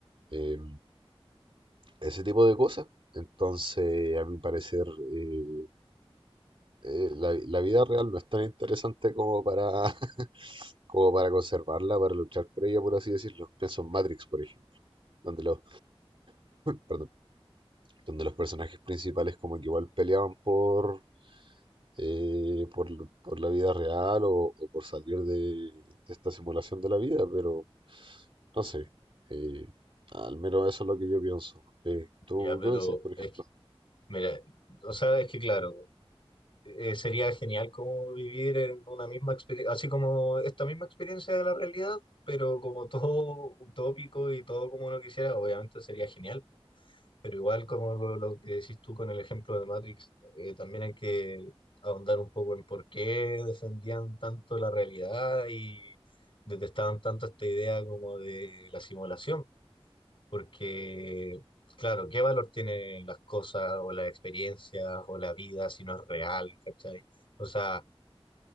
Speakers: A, on the right; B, on the left.
A: eh, ese tipo de cosas. Entonces, a mi parecer, eh, eh, la, la vida real no es tan interesante como para, <laughs> como para conservarla, para luchar por ella, por así decirlo. Pienso en Matrix, por ejemplo, donde los, perdón, donde los personajes principales como que igual peleaban por, eh, por, por la vida real o, o por salir de, de esta simulación de la vida, pero no sé. eh, al menos eso es lo que yo pienso. Eh, ¿tú
B: Ya, pero
A: qué pensáis, por ejemplo?
B: es que, mira, o sea, es que claro. eh, sería genial como vivir en una misma experiencia, así como esta misma experiencia de la realidad, pero como todo utópico y todo como uno quisiera, obviamente sería genial. po. Pero igual como lo, lo que decís tú con el ejemplo de Matrix, eh, también hay que ahondar un poco en por qué defendían tanto la realidad y detestaban tanto esta idea como de la simulación. Porque, claro, ¿qué valor tienen las cosas o las experiencias o la vida si no es real, ¿cachai? O sea,